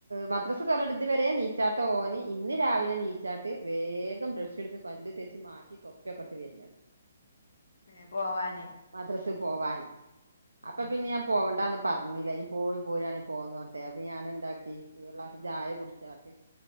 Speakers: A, on the right; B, on the left.
A: മദ്രസ തൊറന്നിട്ട് ഇത് വരെ നീച്ചാത്ത ഓന് ഇന്ന് രാവിലെ നീച്ചാട്ട് വേഗം ബ്രഷ് എടുത്ത് പല്ല് തേച്ച് മാറ്റി തൊപ്പിയൊക്കെട്ട് വെര്നെ
B: ഏഹ് പോവാന്
A: മദ്രസ് പോവാൻ അപ്പം
B: ആ
A: പിന്നെ
B: ആ
A: ഞാൻ പോവണ്ടാന്ന് പറഞ്ഞില്ല ഇനി പോയി പോരാണെ പോന്നോട്ടെ അപ്പം ഞാനെന്താട്ടി ഒരു ഗ്ലാസ്സ്
B: ഉം
A: ചായ കുടിച്ചാട്ടെ